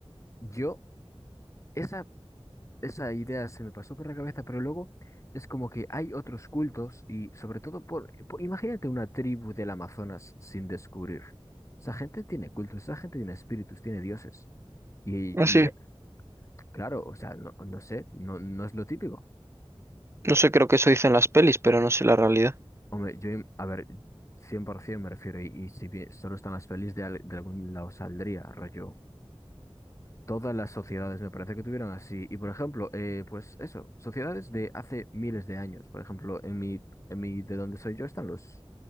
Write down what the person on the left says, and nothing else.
yo... Esa esa idea se me pasó por la cabeza, pero luego es como que hay otros cultos y sobre todo por, por- imagínate una tribu del Amazonas sin descubrir. Esa gente tiene cultos, esa gente tiene espíritus, tiene dioses. Y,
y, eh, claro, o sea, no, no sé, no, no es lo típico.
Hombre, yo, im- a ver, 100% me refiero, y, y si bien solo están las pelis de, al- de algún lado saldría, rollo. Todas las sociedades me parece que tuvieron así. Y por ejemplo, eh, pues eso, sociedades de hace miles de años. Por ejemplo, en mi, en mi, de donde soy yo están los,